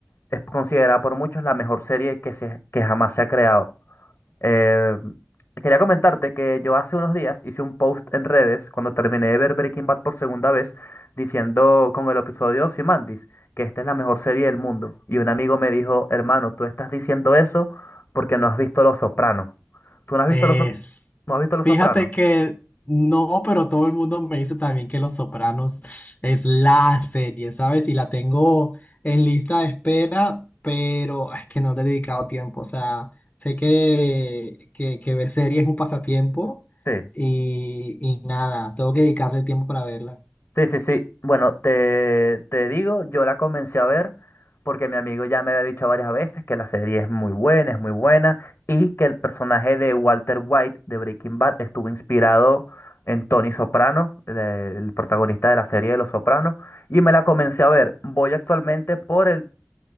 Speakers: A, on the left (about 60°); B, on the left (about 35°).
A: es considerada por muchos la mejor serie que, se, que jamás se ha creado. Eh, quería comentarte que yo hace unos días hice un post en redes cuando terminé de ver Breaking Bad por segunda vez, diciendo con el episodio Ozymandias que esta es la mejor serie del mundo. Y un amigo me dijo, hermano, tú estás diciendo eso porque no has visto Los Sopranos. ¿Tú no has visto
B: Es,
A: Los, Sop- no has visto Los
B: fíjate
A: Sopranos?
B: que no, pero todo el mundo me dice también que Los Sopranos es la serie, ¿sabes? Y la tengo en lista de espera, pero es que no le he dedicado tiempo. O sea, sé que, que, que ver series es un pasatiempo
A: Sí.
B: y, y nada, tengo que dedicarle el tiempo para verla.
A: Sí, sí, sí. Bueno, te, te digo, yo la comencé a ver porque mi amigo ya me había dicho varias veces que la serie es muy buena, es muy buena, y que el personaje de Walter White de Breaking Bad estuvo inspirado en Tony Soprano, el, el protagonista de la serie de Los Sopranos, y me la comencé a ver. Voy actualmente por el